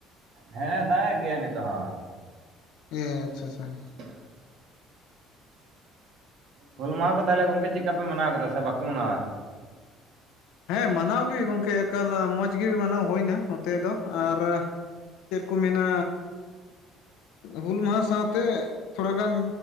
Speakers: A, on the right; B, on the left.
A: ᱦᱮᱸ ᱫᱟᱜ ᱮᱫ ᱜᱮᱭᱟ ᱱᱤᱛᱚᱜ ᱦᱚᱸ
B: ᱮ ᱟᱪᱪᱷᱟ ᱟᱪᱪᱷᱟ
A: <inaudible> ᱦᱩᱞ ᱢᱟᱦᱟ ᱠᱚ ᱛᱟᱦᱚᱞᱮ ᱜᱚᱝᱠᱮ ᱪᱮᱜ ᱞᱮᱠᱟᱯᱮ ᱢᱟᱱᱟᱣ ᱠᱮᱫᱟ ᱥᱮ ᱵᱟᱠᱚ ᱢᱟᱱᱟᱣᱟ
B: ᱦᱮᱸ ᱢᱟᱱᱟᱣ ᱜᱮ ᱜᱚᱝᱠᱮ ᱮᱠᱟᱞ ᱢᱚᱸᱡᱽ ᱜᱮ ᱢᱟᱱᱟᱣ ᱦᱩᱭ ᱮᱱᱟ ᱱᱚᱛᱮ ᱫᱚ ᱟᱨ ᱪᱮᱫ ᱠᱚ ᱢᱮᱱᱟ? ᱦᱩᱞ ᱢᱟᱦᱟ ᱥᱟᱶᱛᱮ ᱛᱷᱚᱲᱟ ᱜᱟᱱ